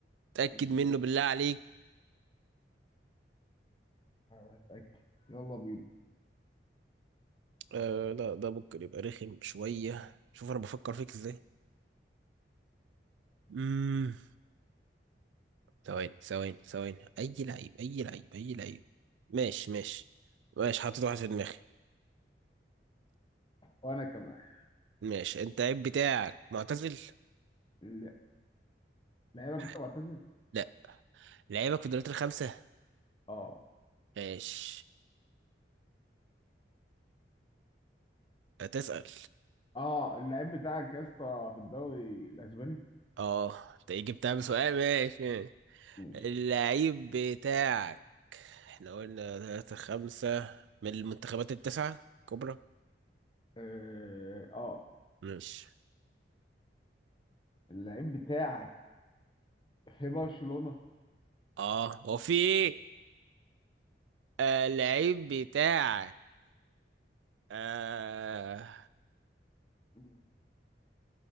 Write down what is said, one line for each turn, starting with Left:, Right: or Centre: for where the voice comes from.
Right: تأكد
Left: مم.
Right: منه بالله عليك
Left: هتاكد يلا بينا
Right: آه لا ده ممكن يبقى رخم شوية شوف انا بفكر فيك ازاي امم ثواني ثواني ثواني اي لعيب اي لعيب اي لعيب ماشي ماشي ماشي حاطط واحد في دماغي
Left: وانا كمان
Right: ماشي انت اللعيب بتاعك معتزل
Left: ال- لعيبك
Right: ح-
Left: انت معتزل؟
Right: لا لعيبك في الدوريات الخمسة
Left: اه
Right: ماشي هتسأل
Left: اه اللعيب بتاعك يا اسطى في الدوري الاسباني؟
Right: اه انت إيه جبتها بسؤال ماشي ماشي.
Left: ماشي
Right: اللعيب بتاعك احنا قلنا ثلاثة خمسة من المنتخبات التسعة كبرى
Left: اه آه.
Right: ماشي
Left: اللعيب بتاعك في برشلونه؟
Right: اه هو في ايه آه اللعيب بتاعك آه
Left: مم.